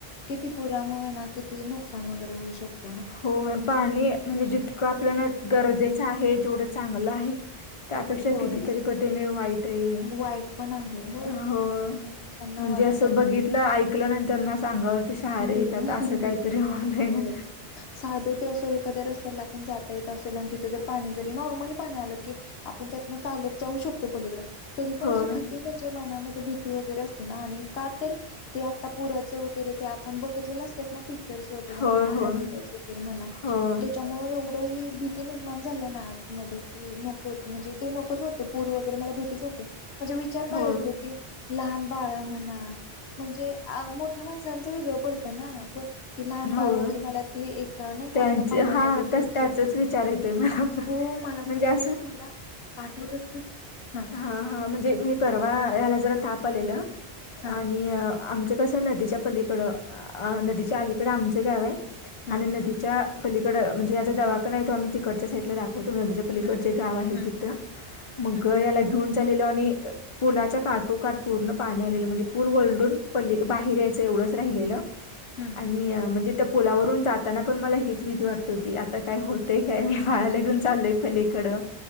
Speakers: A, on the left; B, on the left.
A: किती पुरामुळे ना किती नुकसान वगैरे होऊ शकत.
B: होय. पाणी म्हणजे जितकं आपल्याला गरजेचं आहे, जेवढं चांगलं आहे. त्यापेक्षा
A: तेवढंच
B: कितीतरी पटीने वाईट आहे
A: वाईट पण आहे होय
B: हे.
A: माणसांना
B: म्हणजे
A: वाटत
B: असं बघितलं,
A: पण
B: ऐकलं नंतरन अंगावर. ते शहारे
A: भी
B: येतात, असं काहीतरी
A: भीतीच
B: होतंय.
A: वाटते होय साधं ते असं एखाद्या रस्त्याला आपण जाता येत असेल, आणि तिथे जर पाणी जरी नॉर्मली पाणी आलं की. आपण त्यातन चालत जाऊ शकतो, पलीकडं तरी पण
B: होय
A: असं किती. म्हणजे मनामध्ये भीती वगैरे असते ना, आणि का तर ते आता पुराचं वगैरे ते. पण बघितलेलं असतात ना, पिक्चर्स वगैरे
B: होय
A: म्हणा
B: होय
A: ऍडव्हटाईज वगैरे म्हणा.
B: होय
A: त्याच्यामुळे एवढं हे भीती निर्माण झाल्या ना. आत मध्ये कि नकोच म्हणजे, ते नकोच वाटतो पूर वगैरे मला भितीच वाटते. म्हणजे विचार काय
B: होय
A: येतो की, लहान बाळं म्हणा म्हणजे मोठ्या माणसांच. च वेगळा पडतं ना आपण ते लहान बाळ
B: होय
A: वगैरे मला ते एक नाही
B: त्यांचे
A: खातत पाहण्यामध्ये
B: हा
A: त्यांचे.
B: तस त्याचाच विचार येतोय मला पण
A: हो मला
B: म्हणजे
A: पण
B: असं
A: तेच मला आठवलंच की हा.
B: हा हा म्हणजे मी परवा याला जरा ताप आलेलं
A: हा
B: आणि आमच्या कसं नदीच्या. पलीकड नदीच्या अलीकडे आमचं गाव आहे
A: हम्म
B: आणि नदीच्या पलीकडं म्हणजे आता दवाखाना आहे तो आम्ही तिकडच्या साईडला दाखवतो नदीच्या पलीकड
A: हम्म
B: जे गाव आहे
A: हम्म
B: तिथं. मग
A: हम्म
B: याला घेऊन चाललेलो आणि पुलाच्या काठोकाठ पूर्ण पाणी आलेलं म्हणजे पूल वलडून प बाहेर यायचं एवढंच राहिलेलं.
A: हम्म
B: आणि म्हणजे त्या पुलावरून जाताना पण मला हेच भीती वाटत होती आता काय होतेय काय. खायला
A: काय
B: घेऊन
A: हो
B: चाललोय पलीकडं